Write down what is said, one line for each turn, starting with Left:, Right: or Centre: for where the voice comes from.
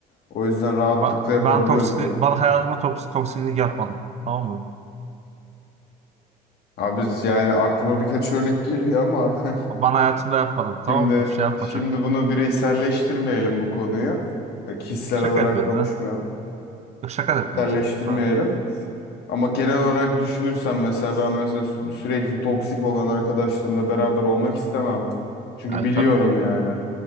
Left: O yüzden rahatlıkla
Right: Ba-
Left: yapabiliyoruz
Right: Ben toksik,
Left: bunu.
Right: bana hayatıma toks toksiklik yapmadım. Tamam mı?
Left: Abi biz yani aklıma birkaç örnek geliyor ama <laughs>
Right: Ben hayatımda yapmadım. Tamam
Left: Şimdi
Right: mı? Şey yapma
Left: şimdi
Right: çok.
Left: bunu bireyselleştirmeyelim bu konuyu. E, Kişisel
Right: Şaka
Left: olarak
Right: yapıyorum
Left: konuşmayalım.
Right: ha. Yok şaka da yapıyorum
Left: Bireyselleştirmeyelim.
Right: zaten. Tabii.
Left: Ama genel olarak düşünürsen mesela ben mesela sü- sürekli toksik olan arkadaşlarımla beraber olmak istemem. Çünkü
Right: Yani
Left: biliyorum
Right: tabii.
Left: yani